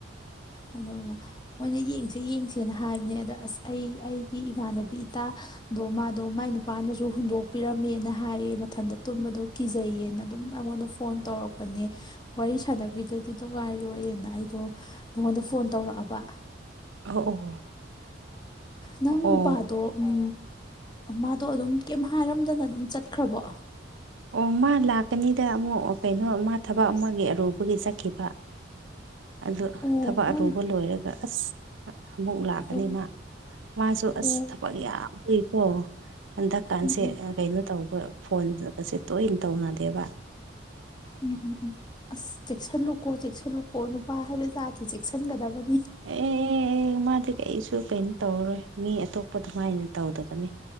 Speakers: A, on the left; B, on the right.
A: ꯑꯗꯨꯒ ꯃꯣꯏꯅ ꯌꯦꯡꯉ ꯁꯦ ꯌꯦꯡꯁꯦꯅ ꯍꯥꯏꯕꯅꯦ ꯑꯗꯣ ꯑꯁ ꯑꯩ ꯑꯩꯒꯤ ꯏꯃꯥꯟꯅꯕꯤ ꯏꯇꯥꯗꯣ ꯃꯥꯗꯣ ꯃꯥꯏ ꯅꯨꯄꯥꯅꯁꯨ ꯍꯨꯟꯗꯣꯛꯄꯤꯔꯝꯃꯦꯅ ꯍꯥꯏꯌꯦ ꯃꯊꯟꯇ ꯇꯨꯝꯕꯗꯣ ꯀꯤꯖꯩꯌꯦꯅ ꯑꯗꯨꯝ ꯑꯩꯉꯣꯟꯗ ꯐꯣꯟ ꯇꯧꯔꯛꯄꯅꯦ ꯋꯥꯔꯤ ꯁꯥꯟꯅꯕꯤꯗꯗꯤ ꯅꯨꯡꯉꯥꯏꯔꯣꯏꯅ ꯑꯩꯗꯣ ꯅꯉꯣꯟꯗ ꯐꯣꯟ ꯇꯧꯔꯛꯑꯕ
B: ꯑꯣ
A: ꯅꯪ
B: ꯑꯣ
A: ꯅꯨꯄꯥꯗꯣ ꯎꯝ ꯃꯥꯗꯣ ꯑꯗꯨꯝ ꯀꯩꯝ ꯍꯥꯏꯔꯝꯗꯅ ꯑꯗꯨꯝ ꯆꯠꯈ꯭ꯔꯕꯣ
B: ꯑꯣ ꯃꯥ ꯂꯥꯛꯀꯅꯤꯗ ꯑꯃꯨꯛ ꯀꯩꯅꯣ ꯃꯥ ꯊꯕꯛ ꯑꯃꯒꯤ ꯑꯔꯨꯕꯒꯤ ꯆꯠꯈꯤꯕ ꯑꯗꯨ
A: ꯑꯣ
B: ꯊꯕꯛ
A: ꯅꯪ
B: ꯑꯔꯨꯕ ꯂꯣꯏꯔꯒ ꯑꯁ ꯑꯃꯨꯛ ꯂꯥꯛꯀꯅꯤ
A: ꯑꯣ
B: ꯃꯥ ꯃꯥꯁꯨ
A: ꯑꯣ
B: ꯑꯁ ꯊꯄꯛ ꯌꯥꯝ ꯂꯩꯀꯣ ꯍꯟꯗꯛꯀꯥꯟꯁꯦ
A: ꯎꯝ ꯎꯝ
B: ꯀꯩꯅꯣ ꯇꯧꯕ ꯐꯣꯟꯒꯁꯦ ꯇꯣꯏꯅ ꯇꯧꯅꯗꯦꯕ
A: ꯎ ꯎꯝ ꯑꯁ ꯆꯦꯛꯁꯟ ꯂꯨꯀꯣ ꯆꯦꯛꯁꯟ ꯂꯨꯀꯣ ꯄꯥ ꯍꯥꯏꯕ ꯖꯥꯇꯤ ꯆꯦꯛꯁꯤꯟꯒꯗꯕꯅꯤ
B: ꯑꯦ ꯑꯦ ꯃꯥꯗꯤ ꯀꯩꯁꯨ ꯀꯩꯅꯣ ꯇꯧꯔꯔꯣꯏ ꯃꯤ ꯑꯇꯣꯞꯄ ꯑꯗꯨꯃꯥꯏꯅ ꯇꯧꯗꯕꯅꯤ